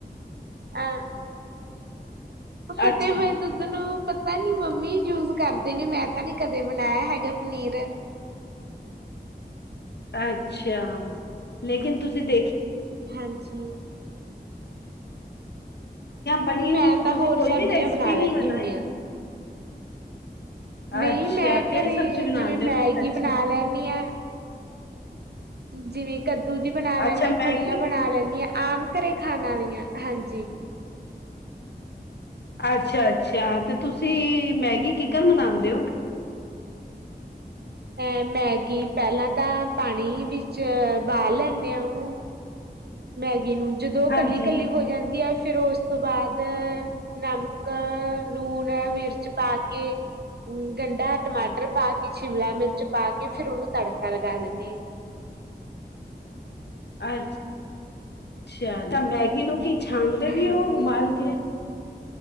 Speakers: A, on the right (about 70°); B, on the left (about 80°).
A: ਆ ਫਟੇ
B: ਅੱਛਾ
A: ਹੋਏ ਦੁੱਧ ਨੂੰ ਤਾਂ ਨੀ ਮੰਮੀ ਯੂਜ ਕਰਦੇ ਨੇ ਮੈਂ ਤਾਂ ਨੀ ਕਦੇ ਬਣਾਇਆ ਹੈਗਾ ਪਨੀਰ।
B: ਅੱਛਾ ਲੇਕਿਨ ਤੁਸੀਂ ਦੇਖੀ
A: ਹਾਂਜੀ,
B: ਪਨੀਰ
A: ਮੈਂ
B: ਦੀ
A: ਤਾਂ
B: ਤੁਸੀਂ
A: ਹੋਰ
B: ਕੋਈ
A: ਸਬਜ਼ੀਆਂ
B: ਵੀ ਰੈਸਪੀ
A: ਬਣਾ ਲੈਂਦੀ
B: ਨੀ ਬਣਾਈ।
A: ਹੁੰਦੀ ਹਾਂ। ਨਈ
B: ਅੱਛਾ
A: ਮੈਂ
B: ਕਿਹੜੀ
A: ਘਰੇ
B: ਸਬਜ਼ੀ ਬਣਾਉਂਦੇ
A: ਜਿਵੇਂ ਮੈਗੀ
B: ਹੋ ਕੋਈ ਅੱਛੀ
A: ਬਣਾ ਲੈ ਨੀ ਆ, ਜਿਵੇਂ ਕੱਦੂ ਦੀ ਬਣਾ ਲੈਂਨੀ
B: ਅੱਛਾ
A: ਹਾਂ
B: ਮੈਗੀ
A: ਫਲੀਆਂ ਬਣਾ ਲੈਂਨੀ ਆ। ਆਮ ਘਰੇ ਖਾਣ ਆਲੀਆਂ ਹਾਂਜੀ।
B: ਅੱਛਾ ਅੱਛਾ ਤੇ ਤੁਸੀਂ ਮੈਗੀ ਕਿਕਨ ਬਨਾਦੇ ਔ।
A: ਅ ਮੈਗੀ ਪਹਿਲਾਂ ਤਾਂ ਪਾਣੀ ਵਿੱਚ ਬਾਲ ਲੈਂਨੇ ਹਾਂ ਉਹਨੂੰ ਮੈਗੀ ਨੂੰ ਜਦੋਂ
B: ਹਾਂਜੀ
A: ਕੱਲੀ ਕੱਲੀ ਹੋ ਜਾਂਦੀ ਆ ਫਿਰ ਉਸ ਉਸ ਤੋਂ ਬਾਅਦ ਨਮਕ ਲੂਣ ਮਿਰਚ ਪਾ ਕੇ ਗੰਢਾ ਟਮਾਟਰ ਪਾ ਕੇ ਸ਼ਿਮਲਾ ਮਿਰਚ ਪਾ ਕੇ ਫੇਰ ਉਹਨੂੰ ਤੜਕਾ ਲਗਾ ਲਿਨੀ ਆ।
B: ਅੱਛਾ ਤਾਂ ਮੈਗੀ ਮੂਗੀ, ਛਣਦੇ ਵੀ
A: ਹਾਂਜੀ
B: ਉਹ ਉਬਾਲ ਕੇ?